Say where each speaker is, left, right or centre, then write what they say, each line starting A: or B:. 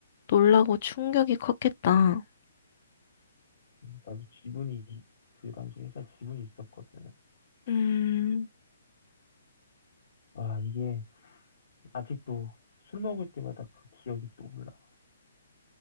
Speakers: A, on the left (about 45°); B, on the left (about 60°).
A: 놀라고 충격이 컸겠다.
B: 음, 나도 지분이, 그 당시 회사 지분이 있었거든.
A: 음,
B: 아, 이게, 아직도 술 먹을 때마다 그 기억이 떠올라.